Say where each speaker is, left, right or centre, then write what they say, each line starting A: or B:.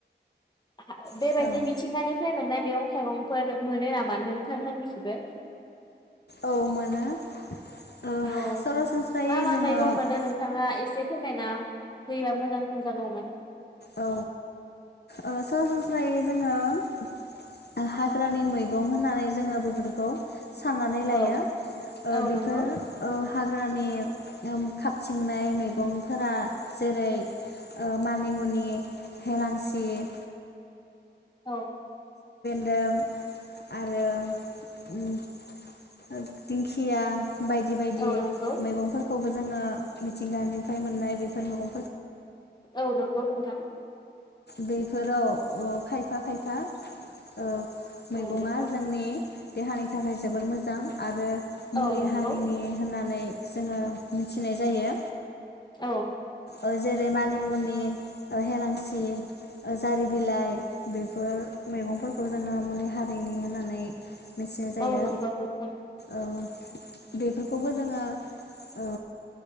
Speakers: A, on the left (about 25°); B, on the left (about 65°).
A: <unintelligible> बेबायदि
B: औ औ औ
A: मिथिंगानिफ्राय मोननाय मेगं थाइगंफोर मोनो नामा नोंथांमोननिखिबो?
B: औ मोनो। ओ
A: औ
B: सरासनस्रायै
A: मा मा
B: जोङो
A: मैगं
B: औ
A: मोनो नोंथांङा एसे फैनायना होयोबा मोजांसिन जागौमोन।
B: औ ओ सरासनस्रायै जोंङो हाग्रानि मैगं होननानै जोंङो बेफोरखौ साननानै लायो
A: औ
B: ओ
A: औ
B: बेफोर
A: नंगौ
B: ओ हाग्रानि ओम खाबथिंनाय मैगंफोरा जेरै ओ मानिमुनि नि हेलांसि
A: औ
B: दों आरो उम दिंखिया बायदि बायदि
A: औ नंगौ
B: मैगंफोरखौबो जोंङो मिथिंगानिफ्राय मोननाय बेफोर मैगं
A: औ नंगौ नोंथां
B: बैफोराव ओ खायफा खायफा ओ मैगंआ
A: औ नंगौ
B: जोंनि देहानि थाखाय जोबोर मोजां आरो
A: औ
B: मुलि
A: नंगौ
B: हारिनि होननानै जोंङो मिथिनाय जायो
A: औ
B: ओ जेरै मानिमुनि ओ हेलांसि ओ जारि बिलाइ बेफोर मैगंफोरखौ जोंङो मुलि हारिनि होननानै मिथिनाय जायो
A: औ नंगौ नोंथां
B: ओ बेफोरखौबो जोंङो ओ